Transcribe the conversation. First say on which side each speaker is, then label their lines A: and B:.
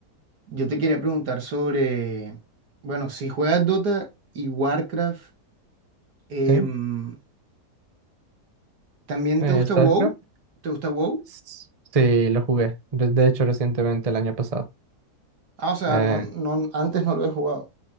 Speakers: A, on the right; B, on the right.
A: yo te quería preguntar sobre, bueno, si juegas Dota y Warcraft, em,
B: Sí,
A: ¿también
B: eh,
A: te gusta
B: StarCraft.
A: WoW? ¿Te gusta WoW?
B: S- Sí, lo jugué. De de hecho, recientemente, el año pasado.
A: Ah, o sea,
B: Eh,
A: no, no, antes no lo he jugado.